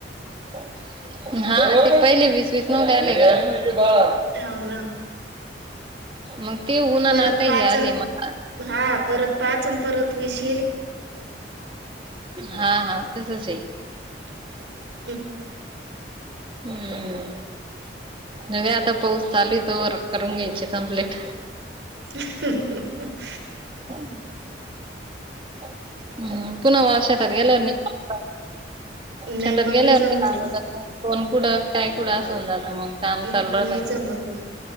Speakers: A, on the right (about 30°); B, on the right (about 75°).
A: हा. ते पहिले वीस वीस नवते आले का?
B: हो ना.
A: मग ते ऊन आणि
B: परत
A: आता हे
B: पाच
A: आले
B: अन
A: मला
B: हा. परत पाच अन परत विस-
A: हा हा तसच आहे.
B: क आहे <unintelligible>
A: हम्म. न आता पाऊस चालूए तवर करून घ्यायचे कंप्लीट.
B: <unintelligible>
A: हम् हम्
B: का
A: पुन्हा वार शेतात गेल्यावर- <unintelligible>
B: नाही
A: शेतात
B: मग
A: गेल्यावर
B: नाही जमणार
A: म जात. कोन कुढं? काय कुठं? अस होवून जात. मग काम
B: अं
A: चालू राहत.
B: नाही जमत नाही